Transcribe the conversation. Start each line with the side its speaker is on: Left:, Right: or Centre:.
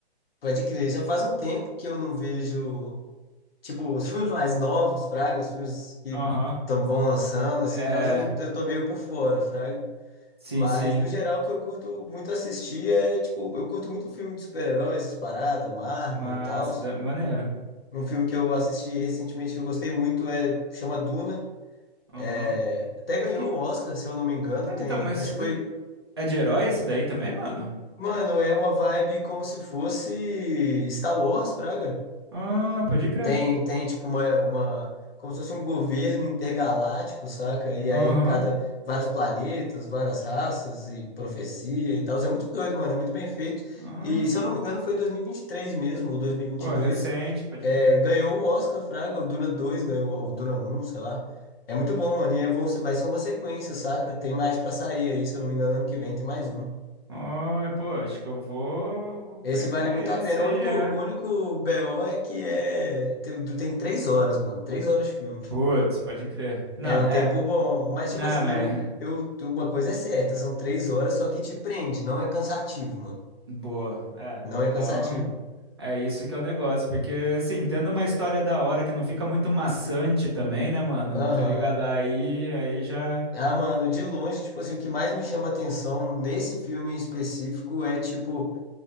Left: pode crer, já faz um tempo que eu não vejo, tipo, os filmes mais novos, fraga, os filmes que
Right: Aham.
Left: tão, vão lançando, assim,
Right: É,
Left: tal, eu, não, eu tô meio por fora, fraga.
Right: sim,
Left: Mas,
Right: sim.
Left: no geral, o que eu curto muito assistir é, tipo, eu curto muito filme de super-heróis, essas paradas, Marvel
Right: Massa,
Left: e tal.
Right: da... maneiro.
Left: Um filme que eu assisti recentemente que eu gostei muito é, chama Duna.
Right: Aham.
Left: É, até ganhou
Right: Do que.
Left: o Oscar, se eu não me engano,
Right: Ah,
Left: tem,
Right: então, mas
Left: acho que
Right: do-
Left: foi
Right: é de herói esse daí também, mano?
Left: Mano, é uma vibe como se fosse Star Wars, Praga.
Right: Ah, pode crer.
Left: Tem, tem tipo uma, uma, como se fosse um governo intergaláctico, saca? E
Right: Aham.
Left: aí cada, vários planetas, várias raças e profecia e tal. É muito doido, mano, é muito bem feito.
Right: Ah,
Left: E se eu não me engano foi dois mil e e vinte e três mesmo, ou 2022.
Right: pô, é recente, pode
Left: É,
Right: crer.
Left: ganhou o Oscar, Fraga, o Duna dois ganhou, ou o Duna um sei lá. É muito bom, mano, e é bom, vai ser uma sequência, saca? Tem mais pra sair aí, se eu não me engano, ano que vem tem mais um.
Right: Ah, ah, pô, acho que eu vou, vou
Left: Esse
Right: pegar
Left: vale muito
Right: esse
Left: a pena.
Right: aí,
Left: O único,
Right: é.
Left: o único BO é que é. Tem, tem três horas, mano. Três horas de filme.
Right: Putz, pode crer. Não,
Left: É um
Right: é.
Left: tempo bom. Mas,
Right: Não,
Left: tipo assim,
Right: mas
Left: eu, eu, uma coisa é certa, são três horas, só que te prende. Não é cansativo, mano.
Right: Boa. É,
Left: Não
Right: então
Left: é cansativo.
Right: é isso que é o negócio, porque assim, tendo uma história da hora que não fica muito maçante também, né, mano?
Left: Aham.
Right: Tá ligado? Aí, aí já.
Left: Ah, mano, de longe, tipo assim, o que mais me chama atenção nesse filme em específico é, tipo,